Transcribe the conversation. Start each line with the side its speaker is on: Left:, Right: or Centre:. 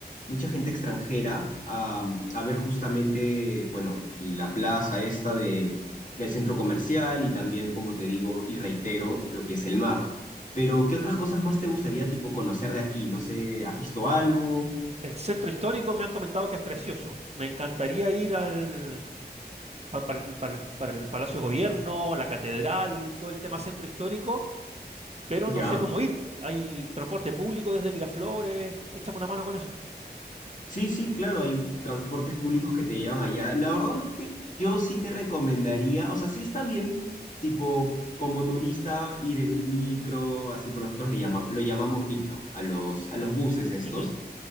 Left: mucha gente extranjera a, a ver justamente, bueno, la plaza esta de, del centro comercial y también, como te digo y reitero, lo que es el mar. Pero, ¿qué otras cosas más te gustaría, tipo, conocer de aquí? No sé, ¿has visto algo?
Right: El centro histórico me han comentado que es precioso. Me encantaría ir al, pa- para, el, para el- para el Palacio de Gobierno, la catedral, todo el tema centro histórico, pero
Left: ¿Ya?
Right: no sé cómo ir. Hay transporte público desde Miraflores, échame una mano con eso.
Left: Sí, sí, claro, hay transportes públicos que te llevan allá. La verdad es que yo sí te recomendaría, o sea, sí está bien, tipo, como turista, ir en un micro, así por nosotros le llama, lo llamamos micro, a los, a los buses estos,
Right: Ujú,